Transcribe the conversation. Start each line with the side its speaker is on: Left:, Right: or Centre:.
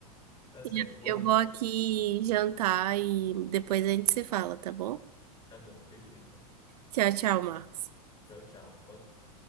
Left: Tá certo.
Right: E
Left: Boa
Right: Eu
Left: noite
Right: vou aqui
Left: pra você.
Right: jantar e depois a gente se fala, tá bom?
Left: Tá bom, perfeito.
Right: Tchau, tchau, Marcos.
Left: Tchau, tchau. Boa noite.